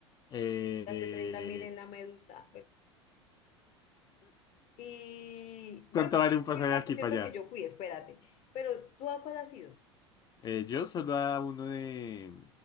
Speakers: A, on the left (about 25°); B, on the left (about 45°).
A: Eh,
B: Gasté treinta mil en la medusa, Y bueno,
A: ¿cuánto
B: sí,
A: vale un pasaje
B: fue
A: de
B: al
A: aquí
B: concierto
A: para allá?
B: que yo fui, espérate. Pero ¿tú a cuál has ido?
A: Eh, yo solo a uno de,